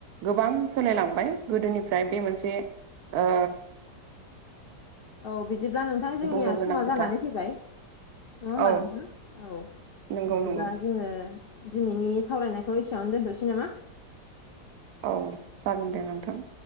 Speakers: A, on the right (about 65°); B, on the left (about 80°).
A: गोबां सोलायलांबाय गोदोनिफ्राय बे मोनसे ओ
B: औ बिदिब्ला नों नोंथां जोंनिया
A: बुंनो गोनां
B: समा
A: खोथा
B: जानानै फैबाय नङा होमबा
A: औ
B: नोंथां औ
A: नंगौ
B: बिदिब्ला
A: नंगौ
B: जोङो दिनैनि सावरायनायखौ एसेबांनो दोनथ'सै नामा?
A: औ जागोन दे नोंथां।